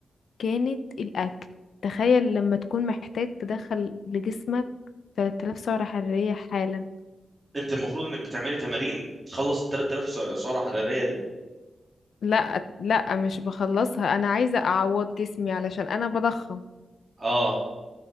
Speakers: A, on the left (about 75°); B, on the right (about 20°).
A: كانت الاكل تخيل لما تكون محتاج تدخل لجسمك 3000 سعرة حرارية حالا
B: انت المفروض انك بتعملي تمارين تخلص ال 3000 سع- سعره حراريه دي
A: لا لا مش بخلصها انا عايزة اعوض جسمي علشان انا بضخم
B: اه